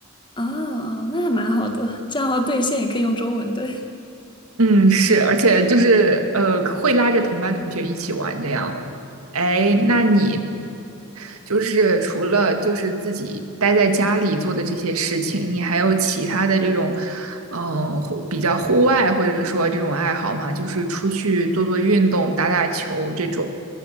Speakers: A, on the left; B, on the right.
A: 啊啊，那还蛮好的。这样的话，对线也可以用中文对。
B: 嗯，是，而且就是呃，会拉着同班同学一起玩这样。哎，那你就是除了就是自己待在家里做的这些事情，你还有其他的这种嗯户比较户外或者说这种爱好吗？就是出去做做运动、打打球这种。